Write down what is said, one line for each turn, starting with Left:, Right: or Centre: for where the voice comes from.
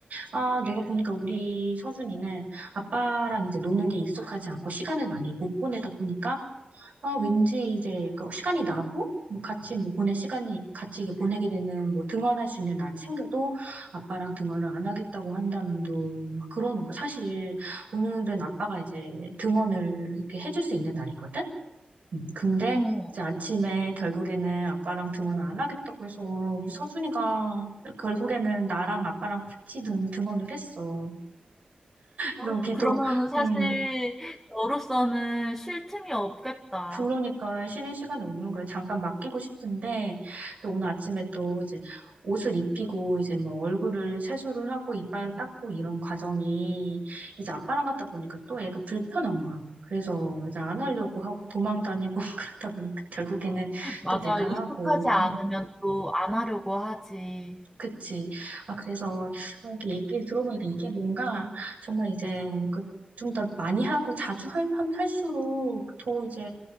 Right: 아, 내가 보니까 우리 서준이는 아빠랑 이제 노는 게 익숙하지 않고, 시간을 많이 못 보내다 보니까, 아, 왠지 이제 그 시간이 나고, 뭐 같이 뭐 보낼 시간이, 같이 이게 보내게 되는, 뭐 등원할 수 있는 날이 생겨도 아빠랑 등원을 안 하겠다고 한다는 둥, 막 그러는 거. 사실 오늘은 아빠가 이제 등원을 이렇게 해줄 수 있는 날이거든? 음, 근데
Centre: 어.
Right: 이제 아침에 결국에는 아빠랑 등원을 안 하겠다고 해서 우리 서준이가 결국에는 나랑 아빠랑 같이 등, 등원을 했어. 그래서
Centre: 아,
Right: 비도,
Centre: 그러면은 사실
Right: 음,
Centre: 너로서는 쉴 틈이 없겠다.
Right: 그러니까 쉬는 시간이 없는 거예요. 잠깐 맡기고 싶은데, 또 오늘 아침에 또 이제 옷을 입히고, 이제 뭐 얼굴을 세수를 하고, 이빨 닦고 이런 과정이 이제 아빠랑 갔다 보니까 또 애가 불편한 거야. 그래서 이제 안 하려고 하고 도망 다니고 <laughs> 그러다 보니까 결국에는
Centre: 맞아.
Right: 또 내가
Centre: 익숙하지
Right: 하고.
Centre: 않으면
Right: 음.
Centre: 또 안 하려고 하지.
Right: 그치. 아, 그래서, 아, 이렇게 얘기를 들어보니까 이게 뭔가, 정말 이제, 그, 좀 더 많이 하고 자주 할, 함- 할수록 더 이제,